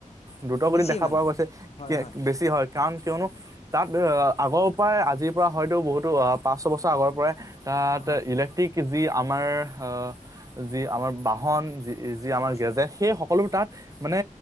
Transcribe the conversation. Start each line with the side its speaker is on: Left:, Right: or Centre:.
Right: দ্ৰুতগতিত
Left: বেছি
Right: দেখা
Left: মানে
Right: <unintelligible> পোৱা গৈছে,
Left: হয়
Right: কি
Left: হয়
Right: বেছি হয়। কাৰণ কিয়নো তাত আগৰ পৰাই আজিৰ পৰা হয়তো বহুতো আ পাঁচ ছবছৰ আগৰ পৰাই তাত
Left: হয়
Right: ইলেক্ট্ৰিক যি আমাৰ হ যি আমাৰ বাহন যি যি আমাৰ
Left: হয়
Right: গেজেট, সেই সকলোবোৰ তাত মানে